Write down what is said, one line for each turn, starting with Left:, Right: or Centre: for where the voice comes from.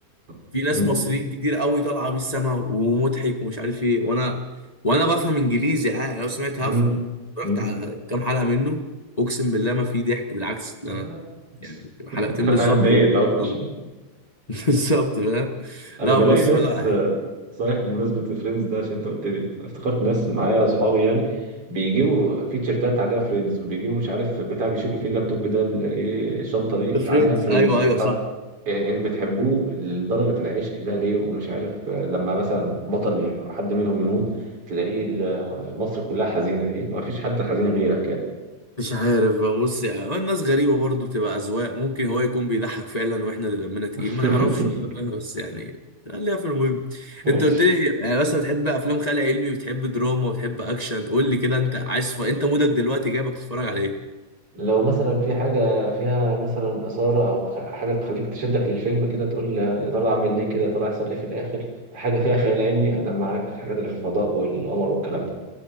Right: <laughs>
Left: في ناس
Right: م.
Left: مصريين كتير قوي طالعه بيه السما ومضحك ومش عارف ايه وانا وانا بفهم انجليزي عادي لو سمعت
Right: م.
Left: هفهم رحت
Right: م.
Left: على كام حلقه منه اقسم بالله ما في ضحك بالعكس
Right: لا
Left: ده انا يعني حلقتين
Right: <laughs> انا
Left: بالظبط
Right: اتضايقت
Left: و-
Right: اكتر
Left: <laughs> بالظبط فاهم
Right: انا
Left: لا
Right: بلاقي
Left: بص
Right: ناس
Left: ولا على
Right: آه،
Left: حاجه
Right: صحيح بمناسبه فريندز ده عشان انت قلت لي افتكرت ناس معايا اصحابي يعني بيجيبوا في تيشيرتات عليها فريندز وبيجيبوا مش عارف بتاع بيشيلوا فيه اللابتوب ده ال- ايه الشنطه دي
Left: فريندز
Right: عليها فريندز
Left: ايوه ايوه
Right: طب
Left: صح
Right: آه، يعني بتحبوه لدرجه العشق ده ليه ومش عارف آه، لما مثلا بطل ي- حد منهم يموت تلاقيه ال- آه، مصر كلها حزينه ايه ما فيش حد حزين غيرك يعني
Left: مش عارف بقى بص يعني هو الناس غريبة برضو بتبقى أذواق ممكن هو يكون بيضحك فعلا واحنا اللي دمنا تقيل
Right: <laughs>
Left: ما نعرفش والله بس يعني خليها في المهم
Right: ماشي
Left: انت قلت لي يعني مثلا بتحب افلام خيال علمي وبتحب دراما وبتحب اكشن قول لي كده انت عايز ف... انت مودك دلوقتي جايبك تتفرج على ايه
Right: لو مثلا في حاجة فيها مثلا إثارة أو خ- حاجة تخليك تشدك للفيلم كده تقول يا ترى أعمل ليه كده يا ترى هيحصل إيه في الآخر حاجة فيها خيال علمي أنا معاك في الحاجات اللي في الفضاء والقمر والكلام ده